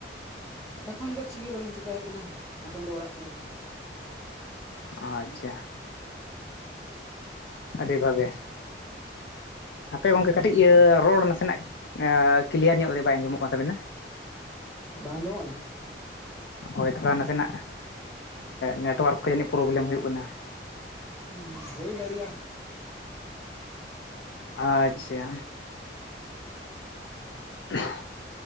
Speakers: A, on the left; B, on the left.
A: ᱮᱠᱷᱚᱱ ᱫᱚ ᱪᱮᱫ ᱜᱮ ᱵᱟᱞᱤᱧ ᱪᱮᱠᱟᱭ ᱮᱫ ᱠᱟᱱᱟ ᱮᱠᱷᱚᱱ ᱫᱚ ᱚᱲᱟᱜ ᱠᱚᱨᱮ ᱜᱮ।
B: ᱚ ᱟᱪᱪᱷᱟ। ᱟᱹᱰᱤ ᱵᱷᱟᱜᱮ। ᱦᱟᱯᱮ ᱜᱚᱝᱠᱮ ᱠᱟᱹᱴᱤᱡ ᱤᱭᱟᱹ ᱨᱚᱲ ᱱᱟᱥᱮᱱᱟᱜ ᱮᱸᱻ ᱠᱤᱞᱤᱭᱟᱨ ᱧᱚᱜ ᱵᱟᱭ ᱟᱸᱡᱚᱢᱚᱜ ᱠᱟᱱ ᱛᱟᱵᱮᱱᱟ
A: ᱵᱟᱝ ᱟᱸᱡᱚᱢᱚᱜ ᱠᱟᱱᱟ?
B: ᱦᱳᱭ ᱛᱷᱚᱲᱟ ᱱᱟᱥᱮᱱᱟᱜ ᱱᱮᱴᱚᱣᱟᱨᱠ ᱠᱚ ᱡᱟᱹᱱᱤᱡ ᱯᱨᱳᱵᱞᱮᱢ ᱦᱩᱭᱩᱜ ᱠᱟᱱᱟ।
A: ᱩᱸ ᱦᱩᱭ ᱫᱟᱲᱮᱭᱟ।
B: ᱟᱪᱪᱷᱟ। <unintelligible>